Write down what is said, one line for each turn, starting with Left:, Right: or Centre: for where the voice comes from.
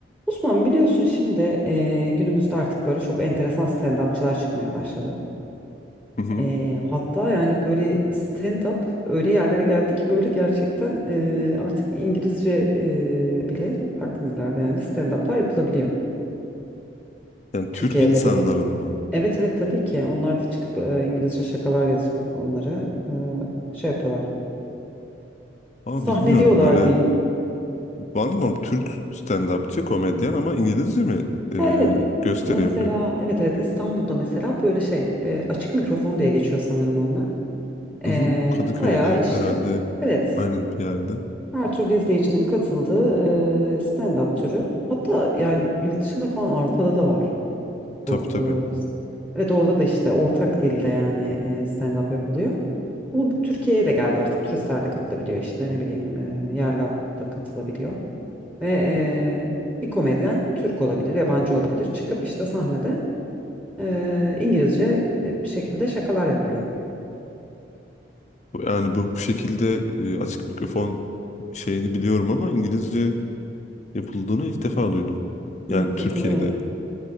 Centre: Osman biliyorsun şimdi eee, günümüzde artık böyle çok enteresan stand-upçılar çıkmaya başladı.
Left: Hı hı.
Centre: Eee, hatta yani böyle stand-up öyle yerlere geldi ki böyle gerçekten eee, artık İngilizce eee, bile farklı dillerde yani stand-up'lar yapılabiliyor.
Left: Yani
Centre: Türkiye'de
Left: Türk insanların
Centre: bile.
Left: mı?
Centre: Evet evet tabii ki onlar da çıkıp eee, İngilizce şakalar yazıp onları eee, şey yapıyorlar.
Left: Aa
Centre: Sahneliyorlar
Left: bilmiyorum böyle
Centre: diyeyim.
Left: var mı norm- Türk stand-upçı komedyen ama İngilizce mi e,
Centre: Ya evet
Left: gösteri
Centre: mesela
Left: yapıyor?
Centre: evet evet İstanbul'da mesela böyle şey eee, açık mikrofon diye geçiyor sanırım onlar. Ee,
Left: Hı hı. Kadıköy'de
Centre: bayağı işte
Left: herhalde
Centre: evet
Left: aynı bir yerde.
Centre: her türlü izleyicinin katıldığı e, stand-up türü. Hatta ya yurt dışında falan Avrupa'da da var bu.
Left: Tabii tabii.
Centre: e, evet orada da işte ortak dilde yani e, stand-up yapılıyor. Bu Türkiye'ye de geldi artık turistler de katılabiliyor işte ne bileyim e, yerli halk da katılabiliyor. Ve e, bir komedyen Türk olabilir yabancı olabilir çıkıp işte sahnede e, İngilizce e, bir şekilde şakalar yapıyor.
Left: Bu- Yani bu, bu şekilde e, açık mikrofon şeyini biliyorum ama İngilizce yapıldığını ilk defa duydum. Yani
Centre: Evet
Left: Türkiye'de.
Centre: yapılıyor.